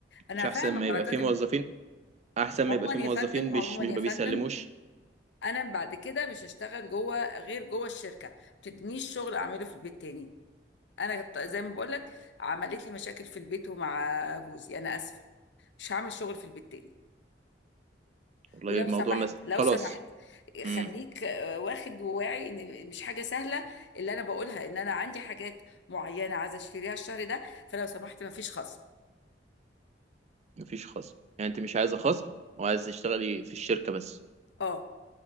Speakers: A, on the left; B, on the right.
A: انا
B: مش احسن
A: فاهمه
B: ما
A: حركات
B: يبقى في موظفين احسن ما
A: عموما
B: يبقى في موظفين
A: يا فندم عموما
B: مش مش ما
A: يا فندم
B: بيسلموش
A: انا بعد كده مش هشتغل جوه غير جوه الشركه ما تدينيش شغل اعمله في البيت تاني انا كت- زي ما بقول لك عملت لي مشاكل في البيت ومع جوزي انا اسفه مش هعمل شغل في البيت تاني
B: والله
A: ولو
B: الموضوع
A: سمحت
B: مثلا
A: لو
B: خلاص
A: سمحت
B: امم
A: خليك آه، واخد وواعي ان مش حاجه سهله اللي انا بقولها ان انا عندي حاجات معينه عايزه اشتريها الشهر ده فلو سمحت مفيش خصم
B: مفيش خصم يعني انت مش عايزه خصم وعايزه تشتغلي في الشركه بس
A: اه